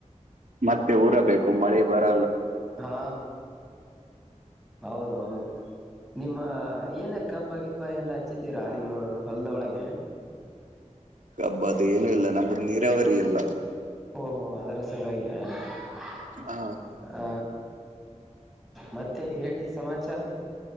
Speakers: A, on the right; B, in the centre.
A: ಮತ್ತೆ ಊರಬೇಕು ಮಳೆ ಬರ
B: ಹಾ ಹೌದ ಹೌದು ನಿಮ್ಮ ಏನ ಕಬ್ಬ ಕಿಬ್ಬ ಏನ್ ಹಚ್ಚಿದ್ದೀರಾ ನಿಮ್ಮ ಹೊಲದ ಒಳಗೆ
A: ಕಬ್ಬ ಅದು ಏನು ಇಲ್ಲ ನಮ್ದ ನೀರಾವರಿ ಇಲ್ಲ
B: ಓಹೋ ಅದರೂ ಸರಿಾಗಿ ಆ
A: ಹ
B: ಮತ್ತೇನ್ ಹೇಳಿ ಸಮಾಚಾರ